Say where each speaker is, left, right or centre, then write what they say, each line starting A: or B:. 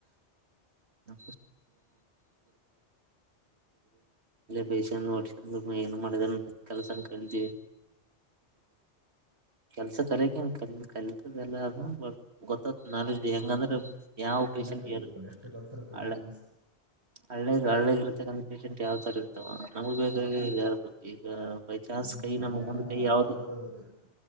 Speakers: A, on the right; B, on the right.
A: ಅ ಪೈಸ ಏನು ಮಾಡಿದೆ ಕೆಲಸನ್ ಕಳ್ತ ಕೆಲ್ಸ ಕರಕನ್ ಕ ಕಲತದೆ ಎಲ್ಲ ಅೊ ನ ಹೆಂಗಂದ್ರೆ ಯಾವ ಪೇಶೆಂಟ್
B: ಕ
A: ಏನ್
B: ಎಷ್ಟ ಕತಾರೆ ಕಮ್ಮಿ
A: ಹಳ್ಳ
B: ನಸ್ತಿ
A: ಹಳ್ಳೇಗ್ ಹಳ್ಳಗ್ ಇರ್ತಕ್ಕಂ ಪೇಶಂಟ್ ಯಾವ್ ತರ ಇರ್ತವ ನಮಗ್ ಬೇಕ ಯಾರ್ದು ಈಗ ಬೈ ಚಾನ್ಸ್
B: ಹ್ಮ್
A: ಕೈ
B: ಅಲ್ಲಿ
A: ನಮಗ್
B: ಅಣ
A: ಮುಂದ್ ಕೈ
B: ಅದು
A: ಯಾವ್ದು
B: ಬರದ ಅದು ಕರೆಕ್ಟ್